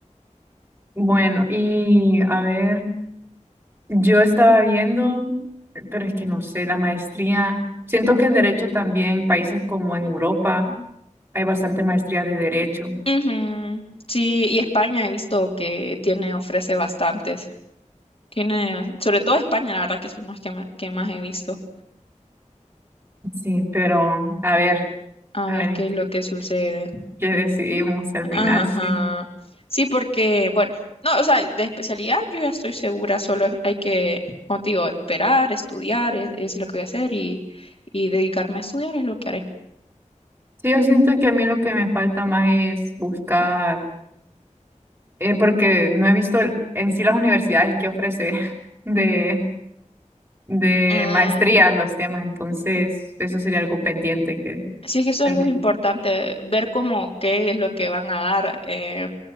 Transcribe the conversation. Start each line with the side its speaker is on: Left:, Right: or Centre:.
Right: bueno, y a ver, yo estaba viendo, pero es que no sé, la maestría, siento que el derecho también, países como en Europa, hay bastante maestría de derecho,
Left: Ujú. Sí, y España he visto que tiene, ofrece bastantes. Tiene, sobre todo España, la verdad que son las que, ma- que más he visto.
Right: sí, pero a ver,
Left: A
Right: a
Left: ver
Right: ver en
Left: qué
Right: qué,
Left: es lo que sucede.
Right: qué decidimos al final,
Left: Ajá.
Right: sí.
Left: Sí, porque, bueno, no, o sea, de especialidad yo ya estoy segura, solo es- hay que, como te digo, esperar, estudiar, es, es lo que voy a hacer y, y dedicarme a estudiar es lo que haré.
Right: Sí, yo siento que a mí lo que me falta más es buscar. eh, porque no he visto el- en sí las universidades que ofrece <laughs> de, de
Left: Mm,
Right: maestría los temas, entonces eso sería algo pendiente que
Left: sí, es que eso
Right: tendría.
Left: es algo importante,
Right: que-
Left: ver cómo qué es lo que van a dar eh,